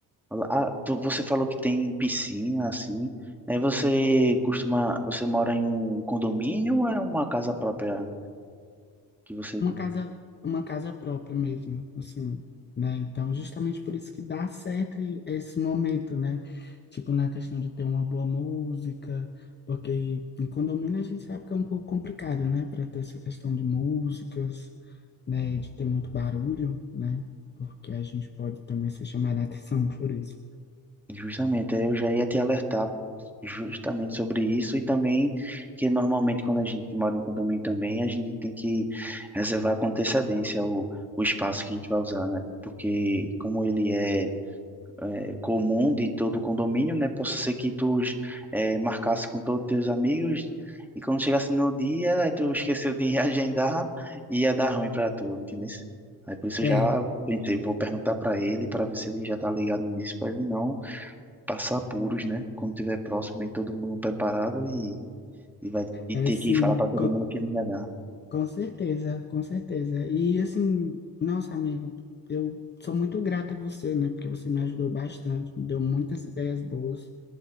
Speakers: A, in the centre; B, on the left.
A: Ah, tu- você falou que tem piscina, assim. É, você costuma, você mora em um condomínio ou é uma casa própria que você...
B: uma casa, uma casa própria mesmo, assim, né? Então, justamente por isso que dá certo esse momento, né? Tipo, na questão de ter uma boa música, porque em condomínio a gente sabe que é um pouco complicado, né? Para ter essa questão de músicas, né? De ter muito barulho, né? Porque a gente pode também ser chamado a atenção <laughs> por isso.
A: Justamente, aí eu já ia te alertar justamente sobre isso e também que normalmente quando a gente mora em condomínio também, a gente tem que reservar com antecedência o, o espaço que a gente vai usar, né? Porque como ele é é, comum de todo o condomínio, né? Possa ser que tu é, marcasse com todos os teus amigos e quando chegasse no dia, aí tu esqueceu de <laughs> reagendar e ia dar ruim pra tu, entendeu? Aí por isso
B: É,
A: eu já pensei, vou perguntar pra ele para ver se ele já tá ligado nisso, pra ele não passar apuros, né? Quando tiver próximo aí todo mundo preparado e, e vai e
B: é
A: ter
B: sim
A: que falar pra todo mundo que não ia dar.
B: Com certeza, com certeza. E assim, nossa, amigo, eu sou muito grata a você, né? Porque você me ajudou bastante, me deu muitas ideias boas.